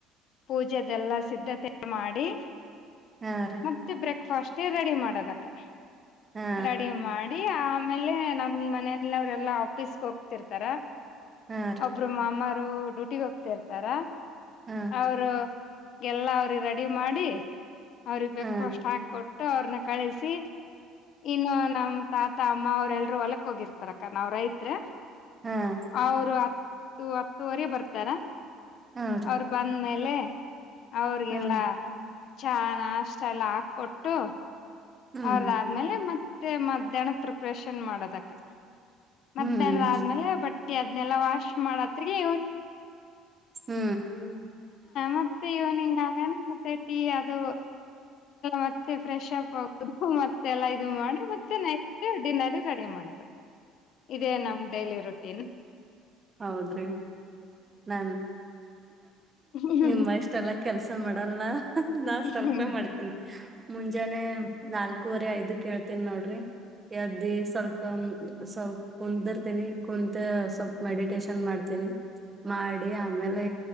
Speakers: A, on the left; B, on the right.
A: ಪೂಜೆದ ಎಲ್ಲಾ ಸಿದ್ಧತೆ ಮಾಡಿ
B: ಹಾ ರೀ
A: ಮತ್ತೆ ಬ್ರೇಕ್ ಫಾಸ್ಟ್ ಟೀ ರೆಡಿ ಮಾಡೋದ್ ಅಕ್ಕಾ
B: ಹಾ
A: ರೆಡಿ ಮಾಡಿ ಈ ಆಮೇಲೆ ನಮ್ ಮಂನ್ಯೋರೆಲ್ಲ ಆಫೀಸ್ ಹೋಗ್ತಿರ್ತಾರೆ
B: ಹಾ ರೀ
A: ಒಬ್ರ ಮಾಮ್ ಅ ಡ್ಯೂಟಿಗೆ ಹೋಗ್ತಾ ಇರ್ತಾರಾ
B: ಹಾ
A: ಅವ್ರು ಎಲ್ಲಾ ಅವ್ರಿಗೆ ರೆಡಿ ಮಾಡಿ ಅವ್ರಿಗ್ ಬ್ರೆಕ್
B: ಹಾ
A: ಫಾಸ್ಟ್ ಹಾಕಿ ಕೊಟ್. ಟ್ಟ ಅವ್ರ್ನ ಕಳ್ಸಿ ಇನ್ನ ನಮ್ಮ ತಾತ ಅಮ್ಮಾವರು ಎಲ್ಲರು ಹೊಲಕ್ ಹೋಗಿರತಾರ ಅಕ್ಕಾ ನಾವ್ ರೈತ್ರೆ.
B: <unintelligible>
A: ಅವರು ಹತ್ತು ಹತ್ತು ವರೆ ಬರುತ್ತಾರೆ
B: ಹಾ ರೀ
A: ಅವರು ಬಂದ್ಮೇಲೆ <unintelligible> ಅವರಿಗೆಲ್ಲ
B: ಹಾ
A: <unintelligible> ಆ ಕೊಟ್ಟು
B: ಹ್ಮ್
A: ಅವರ ಆದ ಮೇಲೆ <unintelligible> ಪ್ರಿಪರೇಷನ್ <unintelligible>
B: ಹ್ಮ್
A: ಅದ್ನೇಲ್ಲ ವಾಶ್ ಮಾಡೋ ಹೂತ್ತಿಗೆ
B: ಹ್ಮ
A: ಮತ್ತೆ ಇವನಂಗಾದ ಈ ಅದು ಮತ್ತೆ ಫ್ರೆಶ್ ಅಪ್ ಆಗ್ಬೇಕು ಮತ್ತೆಲ್ಲ ಇದು ಮಾಡಿ ಮತ್ತೆ ಡಿನ್ನರ್ ರೆಡಿ ಆಗೋದು ಇದೇ ನಮ್ ಕೈಯಲ್ಲಿರೋದು <unintelligible>
B: ಹೌದ್ರೀ ಹ್ಮ್
A: ಹ್ಮ್ ಹ್ಮ್
B: ನಿಮ್ಮ ಅಸ್ಟಲ್ಲ <inaudible> <unintelligible> ನಾನು ಸಲ್ಪ
A: ಹ್ಮ್
B: ಮಾಡುತೇನೆ ಮುಂಜಾನೆ ನಾಲ್ಕ ಗಂಟೆ ನಾಲ್ಕು ವರೆ ಹೈದು ಹೇಳ್ತೀನಿ ನೋಡ್ರಿ ಎದ್ದಿ ಸ್ವಲ್ಪ ಸ್ವಲ್ಪ ಕುಂತಿರ್ತೀನಿ ಸ್ವಲ್ಪ ಕುಂತು <inaudible> ಮೆಡಿಟೇಶನ್ ಮಾಡುತ್ತೇನೆ ಮಾಡಿ ಆಮೇಲೆ